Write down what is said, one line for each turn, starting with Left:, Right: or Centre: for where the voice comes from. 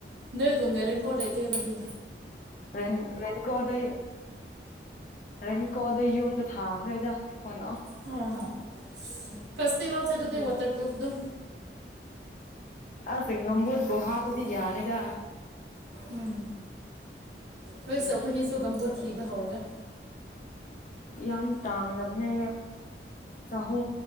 Right: ꯅꯣꯏꯒꯨꯝꯅꯔꯦꯡ ꯀꯣꯜ ꯂꯩꯇꯦ ꯑꯩꯈꯣꯏꯗꯤ
Left: ꯔ ꯔꯦꯟ ꯀꯣꯗ ꯔꯦꯅꯤꯀꯣ ꯑꯗ ꯌꯨꯝꯗ ꯊꯥꯈ꯭ꯔꯦꯗ ꯀ ꯀꯅꯣ
Right: ꯎꯝ꯫ ꯀꯁꯇꯤ ꯃꯥꯎꯆ ꯑꯗꯨꯗꯤ ꯋꯥꯇꯔꯄ꯭ꯔꯨꯐꯇꯣ꯫
Left: ꯑꯁ ꯉꯝꯝꯕꯣꯗ ꯣ ꯍꯥꯥꯄꯗꯤ ꯌꯥꯔꯦꯗ
Right: ꯎꯝ ꯍꯣꯏꯁꯨꯈꯣꯏꯅꯤꯁꯨ ꯒꯝꯕꯣꯠ ꯊꯤꯕ ꯍꯧꯔꯒꯦ
Left: ꯌꯥꯝ ꯇꯥꯡꯅꯦ ꯆꯍ